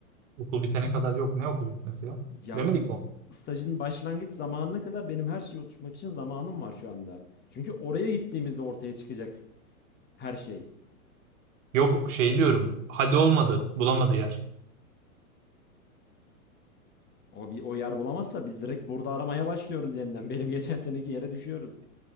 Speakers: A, on the right; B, on the left.
A: Okul bitene kadar yok. Ne okul bitmesi ya?
B: Ya
A: Demedik mi?
B: stajın başlangıç zamanına kadar benim her şeyi oturtmak için zamanım var şu anda. Çünkü oraya gittiğimizde ortaya çıkacak her şey.
A: Yok şey diyorum. Hadi olmadı. Bulamadı yer.
B: O bir o yer bulamazsa biz direkt burada aramaya başlıyoruz yeniden. <laughs> Benim geçen seneki yere düşüyoruz.